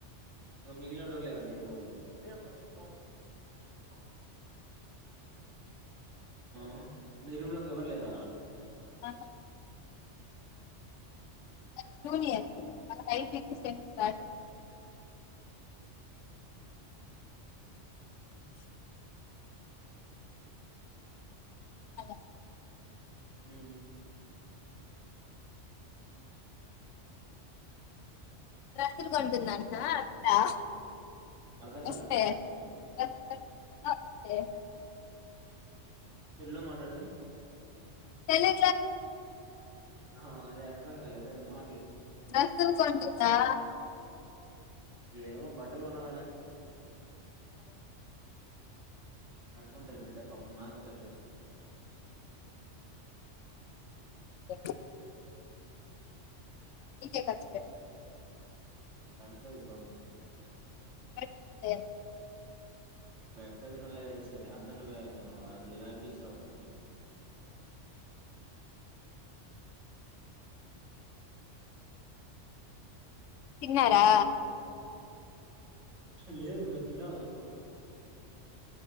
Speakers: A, on the right; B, on the left.
A: ఇంక మిగిలినోళ్లు ఎవళ్లేరా మీ రూమొళ్లు <unintelligible> ఓ ఆ నీ రూమ్ లో ఇంకా ఎవరు లేరా
B: ఆహా మాకు juniors why need to send that అద
A: ఉమ్
B: డ్రెస్ లు కొంటుందంటన అ
A: అర్ధం
B: వస్తే
A: కాలే
B: <inaudible>
A: ఎల్లో మాట్లాడే
B: తెలీ
A: ఆ అది అర్థం కాలేదె మా
B: డ్రెస్సులు కొంటదా
A: ఏమ బట్ బట్టలు కొనాలనే అంట బిడ్డ పాపం నాకే కచ్చ
B: ఏ ఇకే కసి
A: కడతది పాపం
B: స
A: పెడతది మళ్ళీ ఏడుస్తది అంత నువ్వే అయిపో గొట్నావ్ <unintelligible>
B: తిన్నారా
A: లేదు తినాలా ఇప్పు